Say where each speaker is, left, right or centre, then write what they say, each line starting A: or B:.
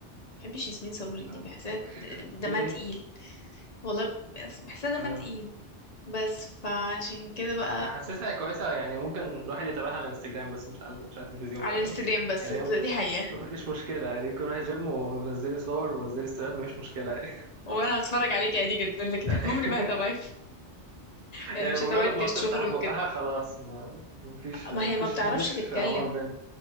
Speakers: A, on the left; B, on the right.
A: بحبش ياسمين صبري دي
B: آه.
A: بحسها
B: <laughs>
A: دمها
B: ليه
A: تقيل والله بس- بحسها
B: اه
A: دمها تقيل بس فعشان كده بقى
B: أنا حاسسها كويسه يعني ممكن الواحد يتابعها على الانستجرام بس مش على مش على التلفزيون
A: على
B: فاهمة
A: الانستجرام بس
B: يعني هي م-
A: دي حقيقة
B: مفيش مشكله يعني ممكن اروح الجيم ونزلي صور ونزلي ستوريات مفيش مشكله يعني
A: وانا هتفرج عليك عادي جدا لكن
B: <laughs>
A: <laughs> عمري ما هتابعك يعني
B: يعني
A: مش
B: مجرد
A: هتعمل كشغل
B: ما بتفتح بقها
A: وكده
B: خلاص ما- مفيش مفيش
A: ما هي ما بتعرفش
B: مفيش
A: تتكلم
B: عمار بينا